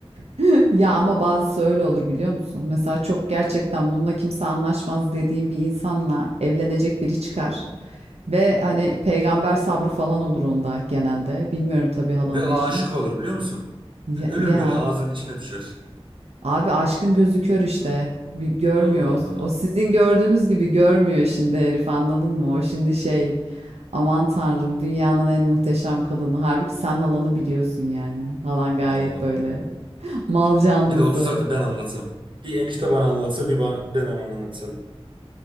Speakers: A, on the right; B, on the right.
A: <laughs> ya ama bazısı öyle olur biliyor musun? Mesela çok gerçekten bununla kimse anlaşmaz dediğim bir insanla evlenecek biri çıkar. Ve hani peygamber sabrı falan olur onda genelde. Bilmiyorum tabii halanın
B: Ve aşık
A: eşini de.
B: olur biliyor musun?
A: Ya,
B: Yani ölür
A: ya
B: böyle ağzının içine düşer.
A: Abi aşkın gözü kör işte. Bir görmüyor.
B: Vallahi bak.
A: O o sizin gördüğünüz gibi görmüyor şimdi herif anladın mı? O şimdi şey aman tanrım dünyanın en muhteşem kadını. Halbuki sen halanı biliyorsun yani. Halan gayet
B: Allah'ım.
A: böyle <laughs> mal
B: Bir,
A: canlısı.
B: bir de otursak da ben anlatsam. Bir enişte bana anlatsa bir bana, ben ona anlatsam.